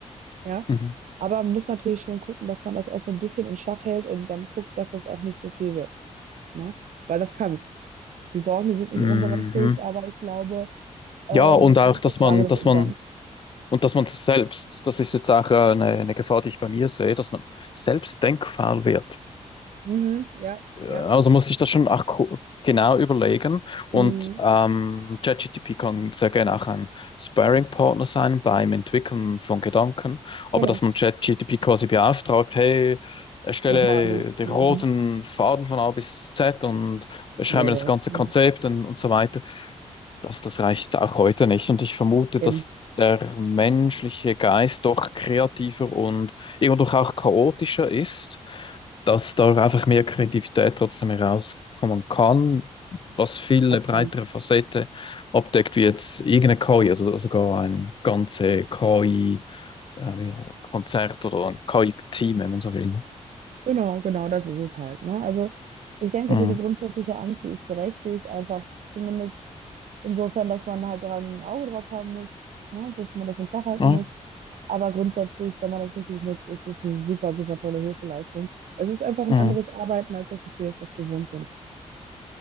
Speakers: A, on the right; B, on the left.
A: Ja,
B: Mhm.
A: aber man muss natürlich schon gucken, dass man das auch so ein bisschen in Schach hält und dann guckt, dass das auch nicht zu viel wird. Ne? Weil das kann's. Die Sorgen, die sind nicht
B: Mhm.
A: unberechtigt, aber ich glaube, ähm,
B: Ja, und auch,
A: es ist
B: dass
A: eine Frage
B: man,
A: des
B: dass
A: Umgangs.
B: man Und dass man selbst, das ist jetzt auch äh, eine, eine Gefahr, die ich bei mir sehe, dass man selbst denkfaul wird.
A: Mhm, ja,
B: Äh,
A: ja.
B: Also muss ich das schon auch ko- genau überlegen. Und
A: Mhm,
B: ähm, ChatGPT kann sehr gerne auch ein Sparring-Partner sein beim Entwickeln von Gedanken.
A: genau.
B: Aber dass man ChatGPT quasi beauftragt, hey, erstelle
A: Mach mal alles.
B: den
A: Mhm.
B: roten Faden von A bis Z und schreibe
A: Nee, nee.
B: das ganze
A: Mhm.
B: Konzept und, und so weiter. Das, das reicht auch heute nicht. Und ich vermute,
A: Eben.
B: dass der menschliche Geist doch kreativer und irgendwo auch chaotischer ist, dass da einfach mehr Kreativität trotzdem herauskommen kann, was viel eine
A: Absolut.
B: breitere Facette abdeckt, wie jetzt irgendeine KI, also sogar ein ganze KI-Konzert oder ein KI-Team, wenn man so will.
A: Genau, genau, das ist es halt. Ne? Also ich denke,
B: Mhm.
A: so die grundsätzliche Angst, die ist berechtigt, einfach zumindest insofern, dass man halt dran ein Auge drauf haben muss, ne? Dass man das in Schach halten
B: Ja.
A: muss. Aber grundsätzlich, wenn man das richtig nutzt, ist es eine super, super tolle Hilfeleistung. Es ist einfach ein
B: Mhm.
A: anderes Arbeiten als das, was wir jetzt auch gewohnt sind.